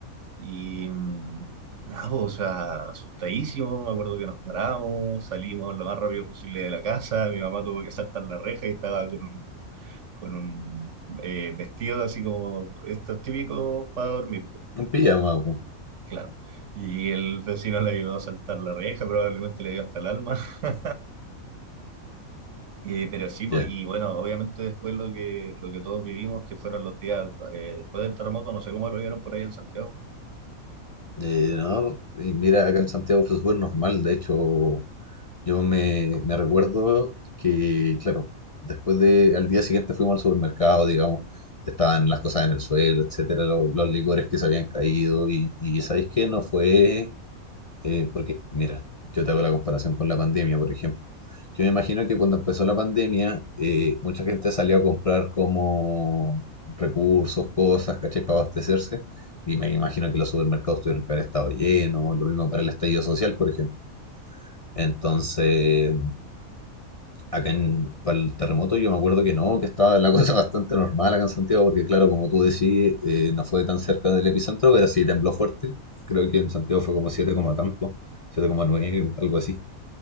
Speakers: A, on the right (about 60°); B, on the left (about 35°).
A: Y mm, nada, pues, o sea, asustadísimo, me acuerdo que nos paramos, salimos lo más rápido posible de la casa, mi mamá tuvo que saltar la reja y estaba con un con un eh, vestido así como estos típicos para dormir, po,
B: Un pijama, po.
A: claro. Y el vecino le ayudó a saltar la reja, probablemente le dio hasta el alma. <laughs> Eh, pero sí, po,
B: Ya.
A: y bueno, obviamente después lo que, lo que todos vivimos, que fueron los días eh, después del terremoto, no sé cómo lo vieron por ahí en Santiago.
B: Eh, no, y mira, acá en Santiago fue súper normal. De hecho, Yo me, me recuerdo que, claro, después de, al día siguiente fuimos al supermercado, digamos, estaban las cosas en el suelo, etcétera, lo- los licores que se habían caído, y, y ¿sabéis qué? No fue, eh, porque, mira, yo te hago la comparación con la pandemia, por ejemplo. Yo me imagino que cuando empezó la pandemia, eh, mucha gente salió a comprar como recursos, cosas, ¿cachai? Para abastecerse, y me imagino que los supermercados tuvieron que haber estado llenos, lo mismo para el estallido social, por ejemplo. Entonces Acá en, para el terremoto yo me acuerdo que no, que estaba la cosa <laughs> bastante normal acá en Santiago, porque claro, como tú decís, eh, no fue tan cerca del epicentro, pero sí tembló fuerte. Creo que en Santiago fue como 7 coma tanto, siete coma nueve algo así.